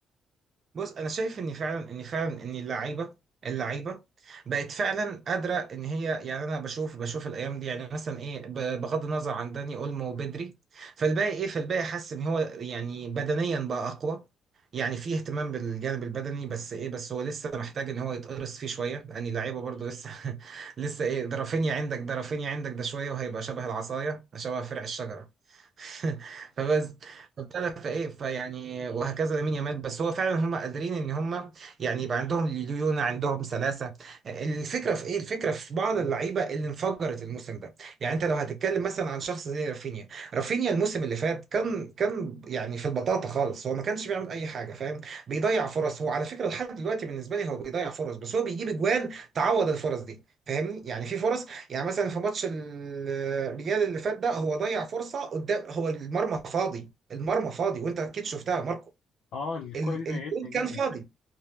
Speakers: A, on the right (about 50°); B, on the left (about 75°).
A: بص انا شايف ان فعلا ان فعلا ان اللعيبه اللعيبه بقت فعلا قادره ان هي يعني انا بشوف بشوف الايام دي يعني مثلا ايه ب- بغض النظر عن داني اولمو وبدري فالباقي ايه فالباقي حاسس ان هو يعني بدنيا بقى اقوى يعني فيه اهتمام بالجانب البدني بس ايه بس هو لسه محتاج ان هو يتقرص فيه شويه لان اللعيبه برضو لسه <laughs> لسه ايه ده رافينيا عندك ده رافينيا عندك ده شويه وهيبقى شبه العصايه شبه فرع الشجره <laughs> فبس فابتدى فايه فيعني وهكذا لامين يامال بس هو فعلا هم قادرين ان هم يعني يبقى عندهم ليونة عندهم سلاسة الفكرة في ايه الفكرة في بعض اللعيبة اللي انفجرت الموسم ده يعني انت لو هتتكلم مثلا عن شخص زي رافينيا رافينيا الموسم اللي فات كان كان يعني في البطاطا خالص هو ما كانش بيعمل اي حاجة فاهم بيضيع فرص هو على فكرة لحد دلوقتي بالنسبة لي هو بيضيع فرص بس هو بيجيب اجوان تعوض الفرص دي فاهمني يعني في فرص يعني مثلا في ماتش الريال اللي فات ده هو ضيع فرصة قدام هو المرمى فاضي المرمى فاضي وانت اكيد شفتها يا ماركو
B: اه الكره
A: ال-
B: دي ضايقتني
A: الجون
B: جدا
A: كان فاضي